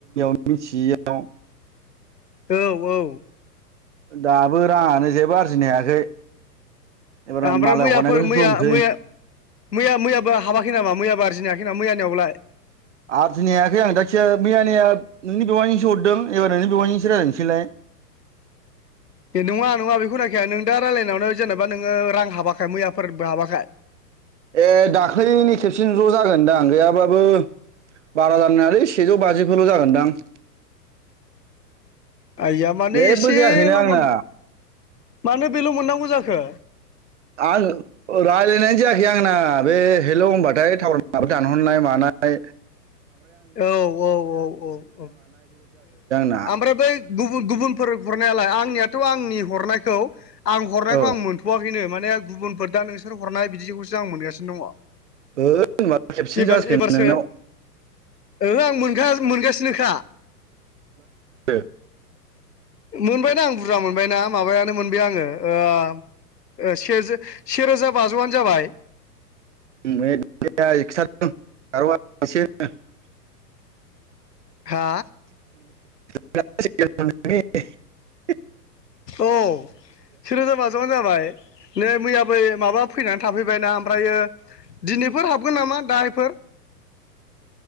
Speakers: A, on the right (about 50°); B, on the left (about 75°).
A: मिनथियियाव।
B: औ औ।
A: दाबो राङानो जेबो आरजिनो हायाखै। एबार
B: ओमफ्राय
A: मालाय
B: मैयाफोर
A: हरनायखौसो
B: मैया
A: दमसै
B: मैया मैया मैयाबो हाबाखै नामा? मैयाबो आरजिनो हायाखै नामा मैयानियावलाय।
A: आरजिनो हायाखै आं दा खे <unintelligible> जायखिया मैयानिया नोंनि बेवयानोसो हरदों एबार नोंनि बेवयानिजोंसो रायलायनोसैलाय। <inaudible>
B: दे नङा नङा बेखौ होनाखैय नों दा रायलायनायावनो जेनेबा नोङो रां हाबाखै मैयाफोरबो हाबाखै।
A: ए दाख्लैनि खेबसेन ज' जागोनदां गैयाबाबो बारा जायनाय नङालै सेजौ बाजिफोल' जागोनदां।
B: आइया मानो
A: जेबो
B: एसेल'
A: जायाखैनो आंना
B: मोन मानो बेल' मोननांगौ जाखो।
A: आं रायज्लायनाय जायाखै आंना बे हेल' होनबाथाय टावार माबा दानहरनाय मानाय।
B: औ औ औ ओ
A: <inaudible>
B: ओमफ्राय बै गुबुन गुबुनफोर हरनायालाय आंनियाथ' आंनि हरनायखौ आं हरनायखौ
A: औ
B: आं मोनथ'वाखैनो। माने गुबुनफोर दा नोंसोर हरनाय बिदिखौसो आं मोनगासिनो दङ।
A: होद होनबा खेबसेनो
B: एबार
A: जासिगोन
B: एबारसो
A: नोंनाव।
B: ओहो आं मोन मोनगासिनोखा।
A: दे।
B: मोनबायना आं बुरजा मोनबायना माबायानो मोनबाय आङो। सेरोजा बाजौआनो जाबाय।
A: <inaudible>
B: हा।
A: <inaudible>
B: औ। सेरोजा बाजौआनो जाबाय नै मैयाबो माबा फैनानै थाफैबायना ओमफ्रायो दिनै बेफोर हाबगोन नामा दाहायफोर